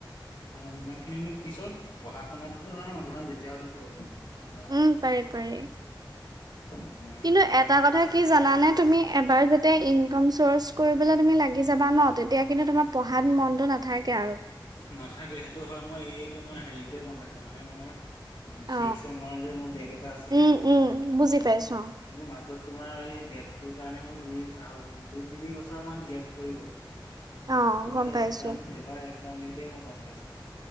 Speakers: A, on the left; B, on the right.
A: যিমানখিনি ন পিছত পঢ়া শুনাটোতো ধৰা মানুহৰ যেতিয়া হ'লেও কৰিব পাৰিম পিছত ধৰা
B: উম পাৰি পাৰি
A: তোমাৰ
B: কিন্তু
A: সেইটো কাৰণে
B: এটা কথা কি জানানে তুমি এবাৰ যাতে ইনকাম চৰ্চ কৰিব তুমি লাগি যাবা ন তেতিয়া কিন্তু তোমাৰ পঢ়াত মনতো নাথাকে আৰু
A: নাথাকে সেইটো হয় মই এইটো তে গম পাইছো মানে মোৰ
B: অ
A: ছিক্স চেমৰ যে মোৰ বেক এটা আছিলে
B: উম উম বুজি পাইছো
A: মোৰ মাজত তোমাৰ সেই বেক তোৰ কাৰণে মোৰ দুই দুই তিনি বছৰ মান গেপ পৰি গ'ল
B: অ
A: মই
B: গম
A: এই
B: পাইছো
A: একজাম এবাৰ একজাম দিওতে মই গম পাইছো